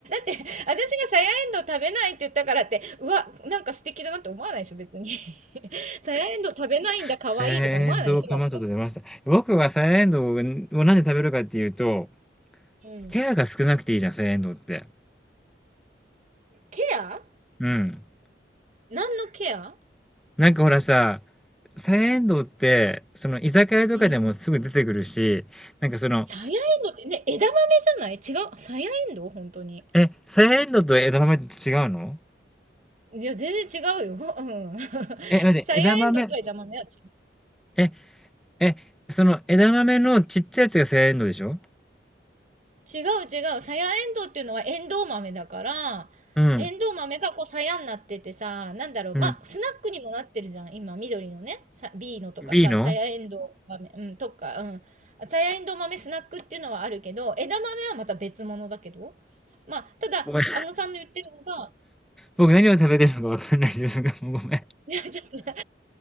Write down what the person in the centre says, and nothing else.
サヤエンドウカマトと出ました。
僕はサヤエンドウをなんで食べるかっていうと、
ケアが少なくていいじゃん、サヤエンドウって。
うん。
なんかほらさ、サヤエンドウって、その居酒屋とかでもすぐ出てくるし、
なんかその、
え、サヤエンドウと枝豆って違うの
え、待って、
枝豆、え、え、その枝豆のちっちゃいやつがサヤエンドウでしょ
うん。
うん。
B の
ごめん。
僕何を食べてるのかわかんない自分がもうごめん。